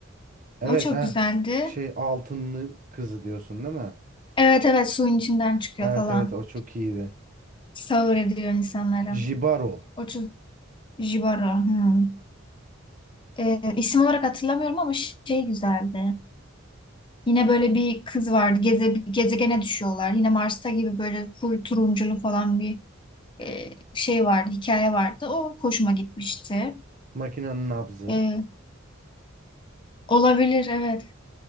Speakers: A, on the right; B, on the left.
A: Evet
B: O çok
A: ha.
B: güzeldi.
A: Şey Altınlı Kızı diyorsun değil mi?
B: Evet evet suyun içinden çıkıyor
A: Evet
B: falan.
A: evet o çok iyiydi.
B: Sağır
A: J-
B: ediyor insanları.
A: Jibaro.
B: O çok Jibaro. Hmm. Ee, isim olarak hatırlamıyorum ama şey güzeldi. Yine böyle bir kız vardı. Geze, gezegene düşüyorlar. Yine Mars'ta gibi böyle full turunculu falan bir e, şey vardı. Hikaye vardı. O hoşuma gitmişti.
A: Makinenin nabzı.
B: E, olabilir evet.